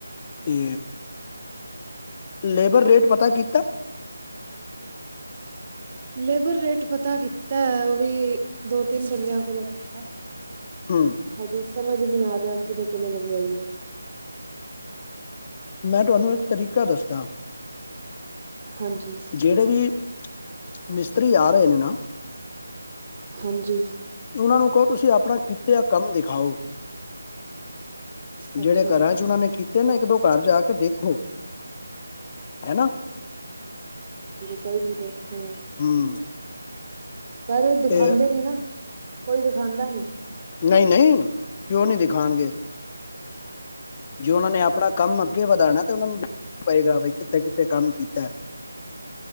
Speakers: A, on the left; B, on the right.
A: ਤੇ ਲੇਬਰ ਰੇਟ ਪਤਾ ਕੀਤਾ?
B: ਲੇਬਰ ਰੇਟ ਪਤਾ ਕਿ ਕੀਤਾ ਉਹ ਵੀ ਦੋ ਤਿੰਨ ਬੰਦਿਆਂ ਕੋਲੋਂ ਪਤਾ
A: ਹੂੰ
B: ਹੈਗਾ ਸੀ। ਸਮਝ ਨੀ ਆ ਰਿਹਾ ਕਿਦੇ ਕੋਲੋ ਲੇ ਗੇ ਆਈਏ।
A: ਮੈਂ ਤੁਹਾਨੂੰ ਇੱਕ ਤਰੀਕਾ ਦੱਸਦਾ।
B: ਹਾਂਜੀ
A: ਜਿਹੜੇ ਵੀ ਮਿਸ ਪਰ ਯਾਰ ਇਹਨ ਨਾ
B: ਹਾਂਜੀ
A: ਉਹਨਾਂ ਨੂੰ ਕਹੋ ਤੁਸੀਂ ਆਪਣਾ ਕੀਤੇ ਕੰਮ ਦਿਖਾਓ?
B: ਅੱਛਾ
A: ਜਿਹੜੇ
B: ਜੀ
A: ਘਰਾਂ ਚ ਉਹਨਾਂ ਨੇ ਕੀਤੇ ਨਾ ਇੱਕ ਦੋ ਘਰ ਜਾ ਕੇ ਦੇਖੋ। ਹੈਨਾ
B: ਕੇਰੀ ਤੇ ਫੇਰ
A: ਹੂੰ
B: ਪਰ ਦਿਖਾਦੇ
A: ਤੇ
B: ਨੀ, ਨਾ ਕੋਈ ਦਿਖਾਦਾ ਨੀ
A: ਨਹੀਂ-ਨਹੀਂ ਕਿਉ ਨੀ ਦਿਖਾਉਣਗੇ। ਜੇ ਉਹਨਾਂ ਨੇ ਆਪਣਾ ਕੰਮ ਅੱਗੇ ਵਧਾਣਾ ਤੇ ਉਹਨਾਂ ਨੂੰਣਾ ਪਏਗਾ ਬ ਕਿੱਥੇ ਕਿੱਥੇ ਤੇ ਕੰਮ ਕੀਤਾ।